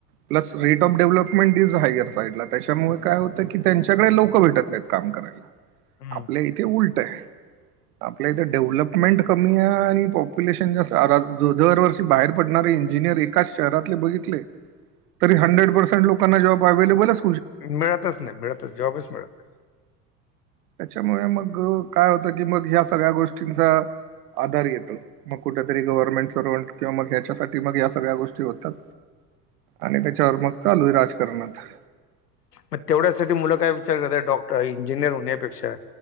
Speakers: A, on the right; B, on the left.
A: Plus rate of development is higher साईडला त्याच्यामुळे काय होतं की त्यांच्याकडे लोक भेटत नायत. काम करायला
B: हम्म.
A: आपल्या इथे उलट आय. आपल्या इथे डेव्हलपमेंट कमी आय आणि पॉप्युलेशन जास्त दरवर्षी बाहेर पडणारे इंजिनियर एकाच शहरातले बघितले. तरी हंड्रेंड पर्सेंट लोकांना जॉब अविलेबलच
B: मिळतच नाय मिळतच जॉबच मिळत नाय.
A: त्याच्यामुळे मग काय होतं की, मग ह्या सगळ्या गोष्टींचा आधार येतो. मग कुठेतरी गव्हर्नमेंटच सरवंट किंवा मग ह्याच्यासाठी मग या सगळ्या गोष्टी होतात. आणि त्याच्यावर मग चालू आय राजकारण आता.
B: म तेवढ्यासाठी मुलं काय विचार करतात डॉक इंजिनियर होण्यापेक्षा